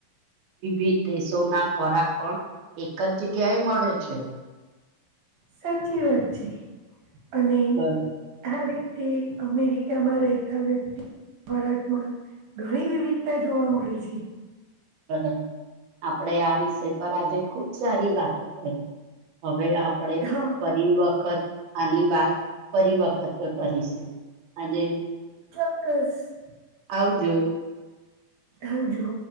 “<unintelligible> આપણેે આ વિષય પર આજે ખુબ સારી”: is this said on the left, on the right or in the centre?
Right